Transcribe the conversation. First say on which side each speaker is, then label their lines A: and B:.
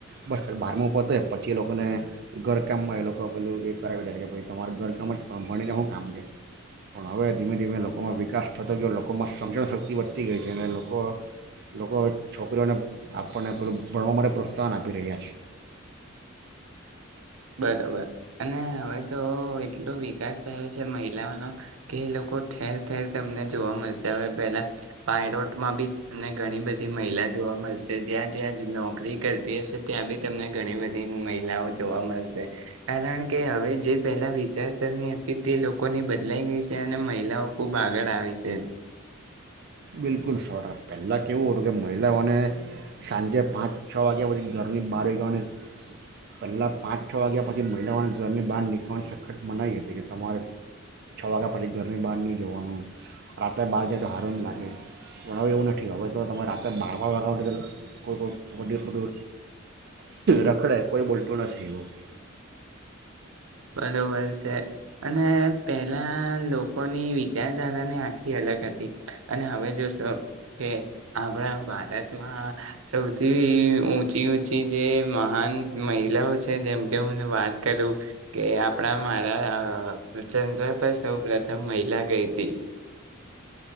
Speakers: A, on the right; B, on the right.
A: બસ બહારમાં પતેય પછી એ લોકોને ઘરકામમાં એ લોકો પેલું એ કરાવી દે કે ભ તમારા ઘરકામમાં જ કભાણીને શું કામ છે પણ હવે ધીમે ધીમે લોકોમાં વિકાસ થતો ગયો લોકોમાં સમજણશક્તિ વધતી ગઈ છે અને લોકો લોકો છોકરીઓને આપણને પેલું ભણવા માટે પ્રોત્સાહન આપી રહ્યા છે
B: બરોબર અને હવે તો એટલો વિકાસ થયો છે મહિલાઓનો કે એ લોકો ઠેર ઠેર તમને જોવા મળશે હવે પેલા પાયડો માં બી તમને ઘણી બધી મહિલા જોવા મળશે જ્યાં જ્યાં નોકરી કરતી હશે ત્યાં બી તમને ઘણી બધી મહિલાઓ જોવા મળશે કારણ કે હવે જે પહેલા વિચારસરણી હતી તે લોકોની બદલાઈ ગઈ છે અને મહિલાઓ ખૂબ આગળ આવી છે
A: બિલકુલ સો ટ પહેલાં કેવું હતું કે મહિલાઓને સાંજે પાંચ છ વાગ્યા પછી ઘરની બહાર જવાની પહેલાં પાંચ છ વાગ્યા પછી મહિલાઓને ઘરની બહાર નીકળવાની સખત મનાવી હતી કે તમારે છ વાગ્યા પછી ઘરની બહાર નહીં જવાનું રાતે બહાર જાય તો હારું લાગે ઓકે ભણાવો એવું નથી હવે તો તમે રાતેે બાર બાર વાગવા માટે કોઈું રખડે કોઈ બોલતું નથી ઓકે
B: બરોબર છે અને પેલા લોકોની વિચારધારાને આખી અલગ હતી અને હવે જોશો કે આપણા ભારતમાં સૌથી ઊંચી ઊંચી જે મહાન મહિલાઓ છે જેમકે હું વાત કરું કે આપણા મારા ચંદ્રભાઈ સૌ પ્રથમ મહિલા ગઈ હતી